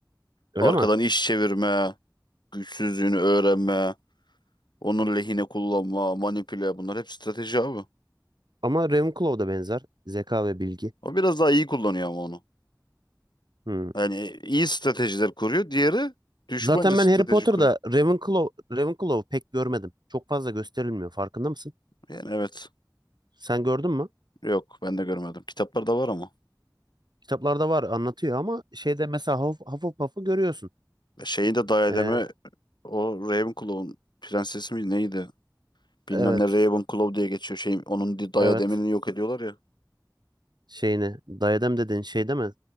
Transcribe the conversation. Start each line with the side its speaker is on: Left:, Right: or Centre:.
Right: Öyle
Left: Arkadan
Right: mi?
Left: iş çevirme, güçsüzlüğünü öğrenme, onun lehine kullanma, manipüle bunlar hep strateji abi.
Right: Ama Ravenclaw da benzer. Zeka ve bilgi.
Left: O biraz daha iyi kullanıyor ama onu.
Right: Hmm.
Left: Yani iyi stratejiler kuruyor. Diğeri düşmanca
Right: Zaten
Left: strateji
Right: ben Harry Potter'da
Left: kuruyor.
Right: Ravenclaw, Ravenclaw pek görmedim. Çok fazla gösterilmiyor. Farkında mısın?
Left: Yani evet.
Right: Sen gördün mü?
Left: Yok ben de görmedim. Kitaplarda var ama.
Right: Kitaplarda var anlatıyor ama şeyde mesela Huff- Hufflepuff'ı görüyorsun.
Left: Şeyi de diademi
Right: Ee,
Left: o Ravenclaw'un prensesi mi neydi? Bilmem
Right: evet.
Left: ne Ravenclaw diye geçiyor. Şey, onun di- diademini
Right: Evet.
Left: yok ediyorlar ya.
Right: Şeyini. Diadem dediğin şey değil mi?